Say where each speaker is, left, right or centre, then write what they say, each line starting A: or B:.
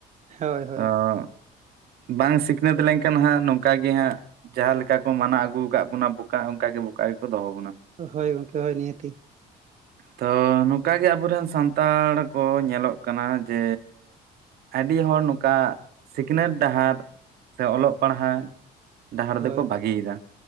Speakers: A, on the right; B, on the right.
A: ᱦᱳᱭ ᱦᱳᱭ
B: ᱚᱸᱜ ᱵᱟᱝ ᱥᱤᱠᱷᱱᱟᱹᱛ ᱞᱮᱱᱠᱷᱟᱱ ᱦᱟᱸᱜ ᱱᱚᱝᱠᱟ ᱜᱮ ᱦᱟᱸᱜ ᱡᱟᱦᱟᱸ ᱞᱮᱠᱟ ᱠᱚ ᱢᱟᱱᱟᱣ ᱟᱹᱜᱩ ᱠᱟᱜ ᱵᱚᱱᱟ ᱵᱚᱠᱟ ᱚᱱᱠᱟᱜᱮ ᱵᱚᱠᱟ ᱜᱮᱠᱚ ᱫᱚᱦᱚ ᱵᱚᱱᱟ᱾
A: ᱦᱳᱭ ᱜᱚᱢᱠᱮ ᱦᱳᱭ ᱱᱤᱦᱟᱹᱛᱤ᱾
B: ᱛᱚ ᱱᱚᱝᱠᱟᱜᱮ ᱟᱵᱚᱨᱮᱱ ᱥᱟᱱᱛᱟᱲ ᱠᱚ ᱧᱮᱞᱚᱜ ᱠᱟᱱᱟ ᱡᱮ ᱟᱹᱰᱤ ᱦᱚᱲ ᱱᱚᱝᱠᱟ ᱥᱤᱠᱷᱱᱟᱹᱛ ᱰᱟᱦᱟᱨ ᱥᱮ ᱚᱞᱚᱜ ᱯᱟᱲᱦᱟᱣ ᱰᱟᱦᱟᱨ
A: ᱦᱳᱭ
B: ᱫᱚᱠᱚ ᱵᱟᱹᱜᱤᱭ ᱮᱫᱟ᱾